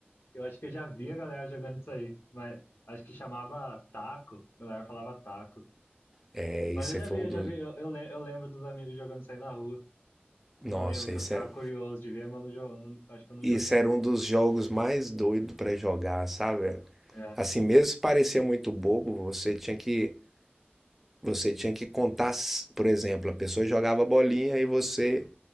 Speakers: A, on the left; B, in the centre.
A: eu acho que eu já vi a galera jogando isso aí, mas acho que chamava taco. A galera falava taco.
B: É,
A: Mas
B: esse
A: eu já
B: é, foi
A: vi,
B: um
A: eu
B: dos.
A: já vi. Eu, eu, le- eu lembro dos amigos jogando isso aí na rua.
B: Nossa,
A: Eu lembro que
B: isso
A: eu ficava
B: era,
A: curioso de ver, mas eu não, jo- eu não- acho que eu não
B: isso
A: joguei,
B: era
A: não.
B: um dos jogos mais doidos para jogar, sabe?
A: É,
B: Assim, mesmo se parecia muito bobo, você tinha que. Você tinha que contar, por exemplo, a pessoa jogava a bolinha e você